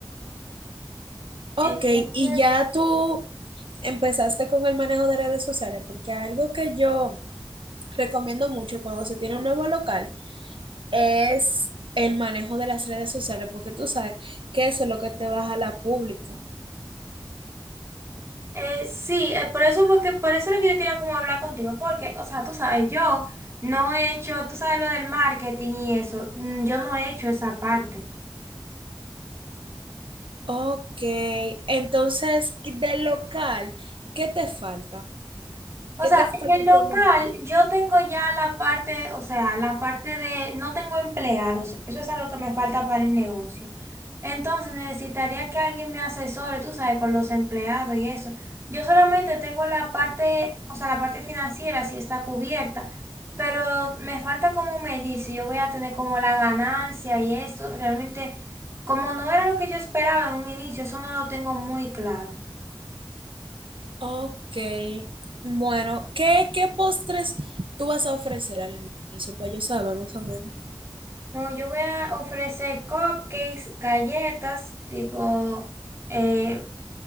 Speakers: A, on the right; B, on the right.
A: Ok,
B: Entonces,
A: y ya tú empezaste con el manejo de redes sociales, porque algo que yo recomiendo mucho cuando se tiene un nuevo local es el manejo de las redes sociales, porque tú sabes que eso es lo que te va a jalar público.
B: Eh, sí, eh, por eso, porque por eso era que yo quería como hablar contigo, porque, o sea, tú sabes, yo no he hecho, tú sabes lo del marketing y eso, mm, yo no he hecho esa parte.
A: Ok, entonces, del local, ¿qué te falta?
B: O
A: ¿Qué
B: sea,
A: te falta
B: en el local
A: por montar?
B: yo tengo ya la parte, o sea, la parte de no tengo empleados. Eso es algo que me falta para el negocio. Entonces necesitaría que alguien me asesore, tú sabes, con los empleados y eso. Yo solamente tengo la parte, o sea, la parte financiera sí está cubierta, pero me falta como medir si yo voy a tener como la ganancia y eso. Realmente, como no era lo que yo esperaba en un inicio, eso no lo tengo muy claro.
A: Ok, bueno, ¿qué, qué postres tú vas a ofrecer al inicio? Pues yo saber más o menos.
B: no yo voy a ofrecer cupcakes, galletas, tipo eh,